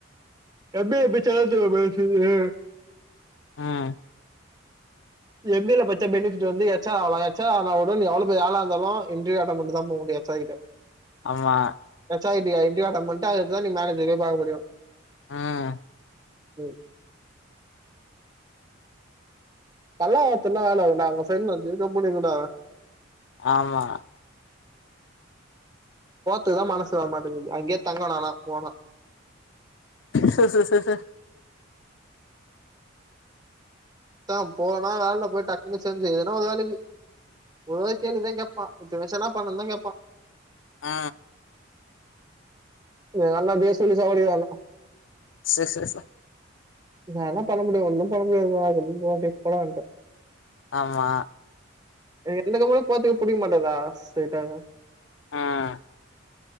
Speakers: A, on the right (about 20°); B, on the left (about 65°).
A: எம் பி ஏ படிச்சா தான்டா அந்த மாரி சொல்லுவே
B: அ
A: எம் பி ஏ ல பச்சா பெனிஃபிட் வந்து எச் ஆர் ஆவலா எச் ஆர் ஆனா கூடோ நீ எவ்ளோ பெரிய ஆளா இருந்தாலு இன்டர்வியூ அட்டன் பண்ட்டு தா போமுடியு எச் ஆர் கிட்ட
B: ஆமா
A: எச் ஆர் கிட்டய இண்ட்ருவியூ அட்டன் பண்ட்டு அதுக்கு அடுத்துதா நீ மேனேஜரயே பாக்க முடியு
B: அ
A: ம் பல்லாவரத்துல வேலக்குண்ணா அங்க ஃப்ரண்ட் வந்து கம்பனிக்குணா
B: ஆமா
A: போறத்துக்குதா மனசு வரமாட்டங்குது அங்கே தங்கணு ஆனா போனா
B: ம்
A: தா போனா வேல்ல போய் டக்குனு சேந்து எதுனா ஒரு வேலக்கி ஒரே ஒரு கேள்விதா கேப்பா மித்த வெஷல்லா பணந்தா கேப்பா
B: அ
A: இங்க நல்லா பேச சொல்லி சாவடிக்குரண்ணுக்கோ
B: சேர் சார்
A: நா என்ன பண்ண முடியு ஒன்னு பண்ண முடியாது வா அப்டின் போ அப்டி இப்பதா வன்ட்ட
B: ஆமா
A: எனக்கு எந்த கம்பெனிக்கு போறத்துக்கு புடிக்கமாட்டதுறா ஸ்ட்ரெய்ட்டா
B: அ